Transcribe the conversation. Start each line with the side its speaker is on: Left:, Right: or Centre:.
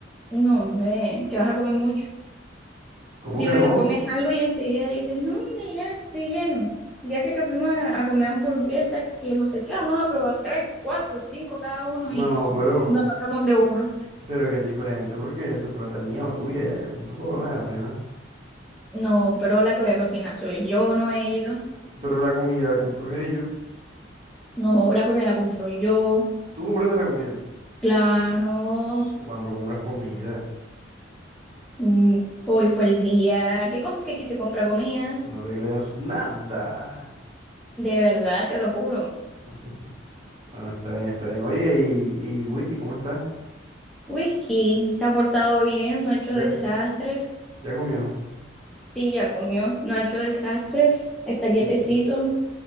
Centre: No, hombre, que vas a comer mucho.
Right: ¿Cómo
Centre: Si
Right: que
Centre: medio
Right: no?
Centre: comes algo y enseguida dices, no, hombre, ya estoy lleno. El día ese que fuimos a, a comer hamburguesas, que no sé qué, vamos a probar tres, cuatro, cinco cada uno y
Right: No, pero,
Centre: no pasamos de una.
Right: pero es que es diferente porque esa es plata es mía o tuya, ya que con tu papá me da pena.
Centre: No, pero la que voy a cocinar soy yo, no ellos.
Right: Pero la comida la compro ellos.
Centre: No, la comida la compro yo,
Right: Tú compraste la comida.
Centre: claro.
Right: Ps, Tú cuando compras comida,
Centre: Mm, Hoy fue el día que, com- que quise comprar comida.
Right: ps, no te creas nada.
Centre: De verdad, te lo juro.
Right: <laughs> Bueno, está bien, está bien. Oye, y, y Whisky, ¿cómo está?
Centre: Whisky se ha portado bien, no ha hecho
Right: ¿Ya,
Centre: desastres.
Right: ya comió?
Centre: Sí, ya comió, no ha hecho desastres. Está quietecito.
Right: Mm,